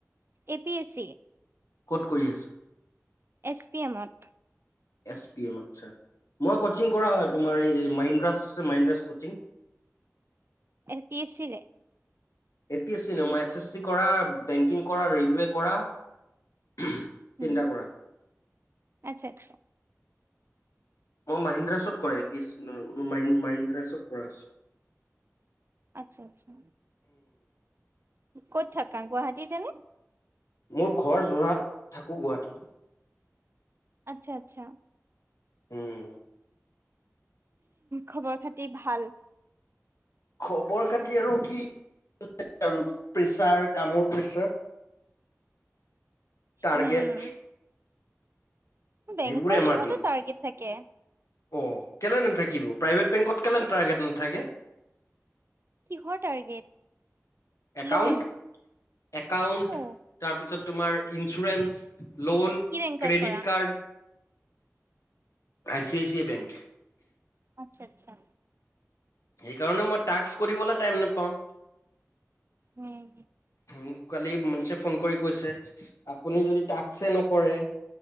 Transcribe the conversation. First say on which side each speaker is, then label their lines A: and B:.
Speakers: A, on the right (about 50°); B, on the left (about 75°).
A: এ পি এছ চি
B: কত কৰি আছে
A: এছ পি এমত
B: এছ পি এম আচ্ছা মই কচিং কৰা হয় তোমাৰ এই Mahindras Mahindras coaching
A: M P S C ৰে
B: এ পি এছ চি না মই এছ এছ চি কৰা বেংকিং কৰা ৰেইলৱে কৰা চিন্তা
A: উম,
B: কৰা
A: আচ্ছা <inaudible>
B: মই মহাহিন্দ্ৰা চত কৰা পিছ ম মাইণ্ডা চব কৰাছ
A: আচ্ছা আচ্ছা ক'ত থাকা গুৱাহাটীতেনে
B: মোৰ ঘৰ যোৰহাট থাকো গুৱাহাটী
A: আচ্ছা আচ্ছা
B: উম
A: খবৰ খাতি ভাল
B: খবৰ খাতি আৰু কি আৰু প্ৰেছাৰ কামৰ প্ৰেচাৰ টাৰ্গেট
A: উম বেংকৰ
B: সেইবোৰে আমাৰ
A: যুগতো
B: দিন
A: টাৰ্গেট থাকে
B: অ কেলে নেথাকিব প্ৰাইভেট বেংকত কেলেন টাৰ্গেট নাথাকে
A: কিহৰ টাৰ্গেট
B: একাউণ্ট
A: লোন
B: একাউণ্ট
A: অ'
B: তাৰপিছত তোমাৰ ইঞ্চুৰেঞ্চ লোন
A: কি বেংকত
B: Credit
A: কৰা?
B: card I C I C I bank
A: আচ্ছা আচ্ছা
B: সেইকাৰণে মই টাস্ক কৰিবলৈ টাইম নাপাওঁ
A: উম
B: <inaudible> কালি মনিষে ফোন কৰি কৈছে আপুনি যদি টাক্সে নকৰে